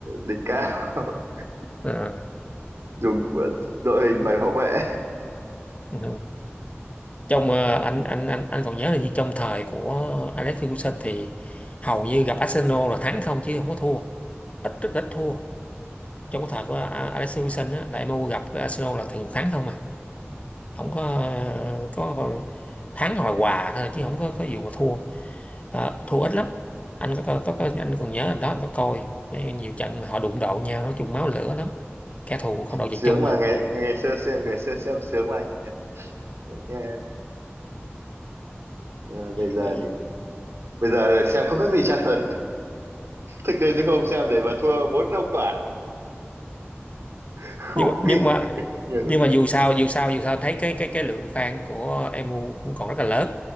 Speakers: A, on the right; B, on the left.
A: đỉnh cao <laughs>
B: ờ,
A: dùng của đội hình bảy hậu vệ
B: ừ. trong ờ, anh anh anh anh còn nhớ là gì trong thời của Alex Ferguson thì hầu như gặp Arsenal là thắng không chứ không có thua ít rất ít thua trong cái thời của Alex Ferguson á, là MU gặp cái Arsenal là thường thắng không à không có có bao- thắng hoặc là hòa thôi chứ không có có vụ mà thua Ờ, thua ít lắm anh có, có, có có- anh còn nhớ anh đó anh có coi mấy nhiều trận mà họ đụng độ nhau nói chung máu lửa lắm kẻ thù không đội
A: sướng
B: trời chung
A: mà
B: mà
A: ngày ngày xưa xem ngày xưa xem sướng mà anh nhỉ nghe ờ, bây giờ
B: ừ.
A: thì bây giờ là xem không khác gì tra tấn thực đến chứ không xem để mà thua bốn năm quả khổ
B: nhưng mà nhưng
A: kinh
B: mà
A: <laughs> nhiều
B: nhưng
A: lúc
B: mà
A: ấy.
B: dù sao dù sao dù sao thấy cái cái cái lượng fan của MU cũng còn rất là lớn